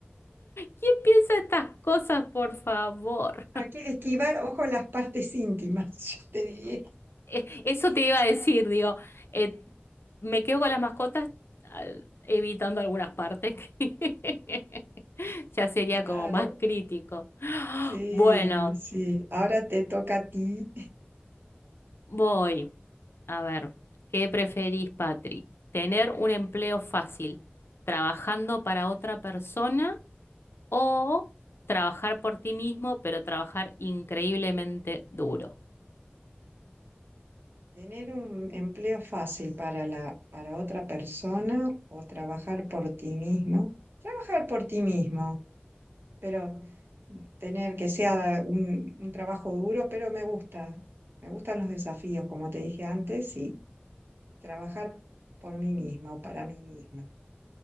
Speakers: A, on the left; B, on the right.
A: ¿quién piensa estas cosas, por favor?
B: ¿A qué esquivar, ojo, las partes íntimas, <laughs> yo te diría.
A: Eh, Eso te iba a decir, digo, eh, me quedo con las mascotas ah, evitando algunas partes que <laughs> ya sería
B: Claro,
A: como más crítico.
B: Sí,
A: Bueno,
B: sí. Ahora te toca a ti
A: voy. A ver, ¿qué preferís, Patri? ¿Tener un empleo fácil trabajando para otra persona o trabajar por ti mismo, pero trabajar increíblemente duro?
B: tener un empleo fácil para la, para otra persona o trabajar por ti mismo. Trabajar por ti mismo, pero tener que sea un, un trabajo duro, pero me gusta. Me gustan los desafíos, como te dije antes, y trabajar por mí misma o para mí misma.